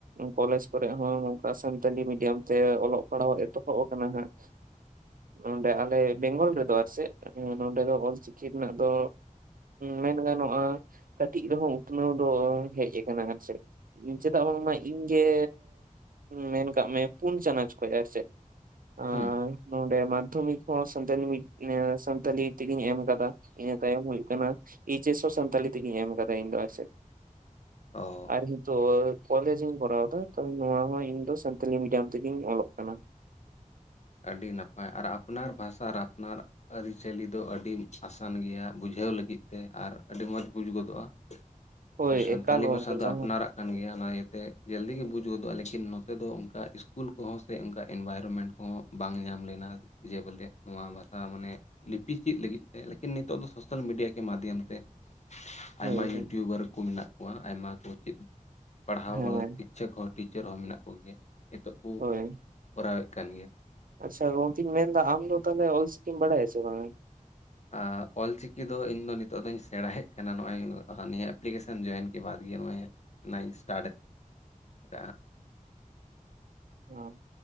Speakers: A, on the right; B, on the left.
A: ᱠᱚᱞᱮᱡᱽ ᱠᱚᱨᱮᱜ ᱦᱚᱸ ᱱᱚᱝᱠᱟ ᱥᱟᱱᱛᱟᱞᱤ ᱢᱤᱰᱤᱭᱟᱢ ᱛᱮ ᱚᱞᱚᱜ ᱯᱟᱲᱦᱟᱜ ᱮᱛᱚᱦᱚᱵ ᱟᱠᱟᱱᱟ ᱦᱟᱸᱜ ᱱᱚᱸᱰᱮ ᱟᱞᱮ ᱵᱮᱝᱜᱚᱞ ᱨᱮᱫᱚ ᱟᱨ ᱪᱮᱫ ᱱᱚᱸᱰᱮ ᱫᱚ ᱚᱞᱪᱤᱠᱤ ᱨᱮᱱᱟᱜ ᱫᱚ ᱢᱮᱱ ᱜᱟᱱᱚᱜᱼᱟ ᱠᱟᱹᱴᱤᱡ ᱨᱮᱦᱚᱸ ᱩᱛᱱᱟᱹᱣ ᱫᱚ ᱦᱮᱡ ᱟᱠᱟᱱᱟ ᱟᱨ ᱪᱮᱫ ᱪᱮᱫᱟᱜ ᱵᱟᱝᱢᱟ ᱤᱧ ᱜᱮ ᱢᱮᱱ ᱠᱟᱜ ᱢᱮ ᱯᱩᱱ ᱪᱟᱱᱟᱪ ᱠᱷᱚᱡ ᱟᱨ ᱪᱮᱫ ᱟᱨ
B: ᱦᱩᱸ
A: ᱢᱟᱫᱽᱫᱷᱚᱢᱤᱠ ᱦᱚᱸ ᱥᱟᱱᱛᱤ ᱥᱟᱱᱛᱟᱞᱤ ᱛᱮᱜᱮᱧ ᱮᱢ ᱟᱠᱟᱫᱟ ᱤᱱᱟᱹ ᱛᱟᱭᱚᱢ ᱦᱳᱭᱳᱜ ᱠᱟᱱᱟ ᱮᱪ ᱮᱥ ᱦᱚᱸ ᱥᱟᱱᱛᱟᱞᱤ ᱛᱮᱜᱤᱧ ᱮᱢ ᱠᱟᱫᱟ ᱤᱧ ᱫᱚ ᱟᱨ ᱥᱮᱫ
B: ᱳ
A: ᱦᱮᱛᱩ ᱠᱚᱞᱮᱡᱽ ᱤᱧ ᱠᱚᱨᱟᱣ ᱮᱫᱟ ᱛᱚ ᱱᱚᱶᱟ ᱦᱚᱸ ᱤᱧ ᱫᱚ ᱥᱟᱱᱛᱟᱞᱤ ᱢᱤᱰᱤᱭᱟᱢ ᱛᱮᱜᱮᱧ ᱚᱞᱚᱜ ᱠᱟᱱᱟ᱾
B: ᱟᱹᱰᱤ ᱱᱟᱯᱟᱭ ᱟᱨ ᱟᱯᱱᱟᱨ ᱵᱷᱟᱥᱟ ᱟᱨ ᱟᱯᱱᱟᱨ ᱟᱹᱨᱤᱪᱟᱹᱞᱤ ᱫᱚ ᱟᱹᱰᱤ ᱟᱥᱟᱱ ᱜᱮᱭᱟ ᱵᱩᱡᱷᱟᱹᱣ ᱞᱟᱹᱜᱤᱫ ᱛᱮ ᱟᱨ ᱟᱹᱰᱤ ᱢᱚᱸᱡᱽ ᱵᱩᱡᱽ ᱜᱚᱫᱚᱜᱼᱟ᱾
A: ᱦᱳᱭ
B: ᱟᱨ ᱥᱟᱱᱛᱟᱞᱤ
A: ᱮᱠᱟᱞ ᱜᱚᱝᱠᱮ
B: ᱵᱷᱟᱥᱟ ᱫᱚ
A: ᱡᱟᱦᱟᱸ
B: ᱟᱯᱱᱟᱨᱟᱜ ᱠᱟᱱ ᱜᱮᱭᱟ ᱚᱱᱟ ᱤᱭᱟᱹᱛᱮ ᱡᱚᱞᱫᱤ ᱜᱮ ᱵᱩᱡᱽ ᱜᱚᱫᱚᱜᱼᱟ ᱞᱮᱠᱤᱱ ᱱᱚᱛᱮ ᱫᱚ ᱚᱱᱠᱟ ᱤᱥᱠᱩᱞ ᱠᱚᱦᱚᱸ ᱥᱮ ᱚᱱᱠᱟ ᱤᱱᱵᱟᱭᱨᱚᱢᱮᱱᱴ ᱠᱚᱦᱚᱸ ᱵᱟᱝ ᱧᱟᱢ ᱞᱮᱱᱟ ᱡᱮ ᱵᱚᱞᱮ ᱱᱚᱣᱟ ᱵᱷᱟᱥᱟ ᱢᱟᱱᱮ ᱞᱤᱯᱤ ᱪᱮᱫ ᱞᱟᱹᱜᱤᱫ ᱛᱮ ᱞᱮᱠᱤᱱ ᱱᱤᱛᱚᱜ ᱫᱚ ᱥᱳᱥᱟᱞ ᱢᱤᱰᱤᱭᱟ ᱠᱮ ᱢᱟᱫᱷᱭᱟᱢ ᱛᱮ
A: ᱦᱳᱭ
B: ᱟᱭᱢᱟ ᱤᱭᱩᱴᱩᱭᱩᱵᱟᱨ
A: ᱦᱳᱭ
B: ᱠᱚ ᱢᱮᱱᱟᱜ ᱠᱚᱣᱟ ᱟᱭᱢᱟ ᱠᱚ ᱪᱮᱫ ᱯᱟᱲᱦᱟᱣ
A: ᱦᱮᱸ
B: ᱵᱟᱞᱟ ᱥᱤᱠᱪᱚᱠ ᱦᱚᱸ ᱴᱤᱪᱟᱨ ᱦᱚᱸ ᱢᱮᱱᱟᱜ ᱠᱚᱜᱮᱭᱟ ᱱᱤᱛᱚᱜ ᱠᱚ
A: ᱦᱳᱭ
B: ᱠᱚᱨᱟᱣᱮᱫ ᱠᱟᱱ ᱜᱮᱭᱟ
A: ᱟᱪᱪᱷᱟ ᱜᱚᱝᱠᱮᱧ ᱢᱮᱱᱫᱟ ᱟᱢ ᱫᱚ ᱛᱟᱦᱚᱞᱮ ᱚᱞᱪᱤᱠᱤᱢ ᱵᱟᱲᱟᱭᱟ ᱥᱮ ᱵᱟᱝᱟ?
B: ᱟᱜ ᱚᱞᱪᱤᱠᱤ ᱫᱚ ᱤᱧ ᱫᱚ ᱱᱤᱛᱚᱜ ᱫᱚᱧ ᱥᱮᱸᱲᱟᱭᱮᱫ ᱠᱟᱱᱟ ᱱᱚᱜᱼᱚᱭ ᱱᱤᱭᱟᱹ ᱮᱯᱞᱤᱠᱮᱥᱚᱱ ᱡᱚᱭᱮᱱ ᱠᱮ ᱵᱟᱫ ᱜᱮ ᱱᱚᱜᱼᱚᱭ ᱚᱱᱟᱧ ᱤᱥᱴᱟᱴ ᱟᱠᱟᱜᱼᱟ
A: ᱦᱚᱸ